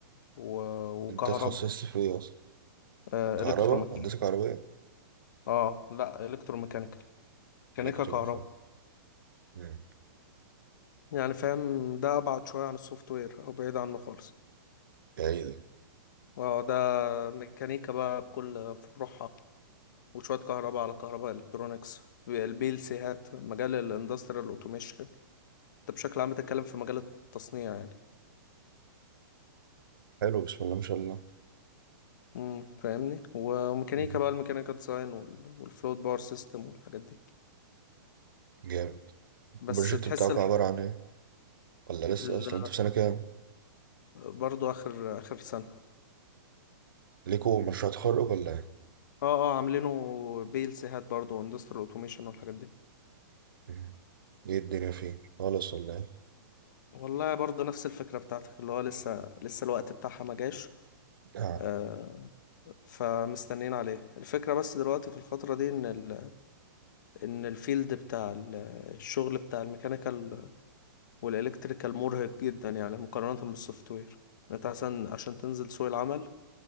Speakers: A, on the left (about 60°); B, on the right (about 75°).
A: و... وكهرباء
B: انت اتخصصت في ايه اصلا
A: آه
B: كهرباء
A: الكتروميكانيكال
B: هندسة كهربائية
A: اه لا الكتروميكانيكال ميكانيكا
B: الكترونيكا
A: كهرباء
B: مم.
A: يعني فاهم ده ابعد شوية عن السوفت وير او بعيد عنه خالص
B: ايه ده
A: اه ده ميكانيكا بقى بكل فروعها وشوية كهرباء على كهرباء الكترونيكس البي ال سي هات مجال الاندستريال اوتوميشن انت بشكل عام بتتكلم في مجال التصنيع يعني
B: حلو بسم الله ما شاء الله
A: امم فاهمني وميكانيكا
B: مم.
A: بقى الميكانيكا ديزاين وال... والفلوت باور سيستم والحاجات دي
B: جامد
A: بس
B: البروجكت
A: تحس
B: بتاعك
A: ال...
B: عبارة عن ايه ولا لسه
A: ال...
B: اصلا انت في سنة كام
A: برضو اخر اخر سنة
B: ليكوا مشروع تخرج ولا ايه
A: اه اه عاملينه بي ال سي هات برضه واندستريال اوتوميشن والحاجات دي
B: مم. ايه الدنيا فيه خالص ولا
A: والله برضه نفس الفكرة بتاعتك اللي هو لسه لسه الوقت بتاعها ما جاش
B: ايه
A: آه فمستنيين عليه الفكرة بس دلوقتي في الفترة دي ان ال... ان الفيلد بتاع ال- الشغل بتاع الميكانيكال والالكتريكال مرهق جدا يعني مقارنة بالسوفت وير انت عشان عشان تنزل سوق العمل